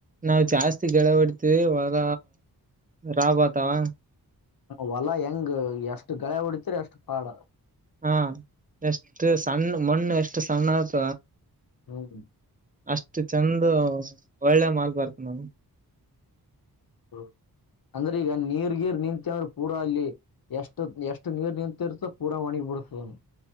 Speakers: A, on the right; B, on the left.
A: ನಾವು ಜಾಸ್ತಿ ಗೆಳೆ ಹೊಡ್ತಿವಿ ಹೊರ ರಾವ್ ಬತಾವ.
B: ಹೊಲ ಹೆಂಗ್ ಎಷ್ಟು ಗಳೆ ಹೊಡತಿರಿ ಎಷ್ಟು ಕಾಡ.
A: ಹಾ ಎಷ್ಟು ಸಣ್ಣ ಮಣ್ಣು ಎಷ್ಟು ಸಣ್ಣ ಆಯತ.
B: ಹೌದು
A: ಅಷ್ಟು ಚಂದ ಒಳ್ಳೆ ಮಾಲ್ ಬರ್ತ ನೋಡು.
B: ಹ ಅಂದ್ರೆ ಈಗ ನೀರ್ಗೀರ್ ನಿಂತವ್ರ. ಪೂರಾ ಅಲ್ಲಿ ಎಷ್ಟು ಎಷ್ಟು ನೀರ್ ನಿಂತಿರುತೋ ಪೂರಾ ಒಣಗಿ ಬಿಡತ ಅಲ್ಲಿ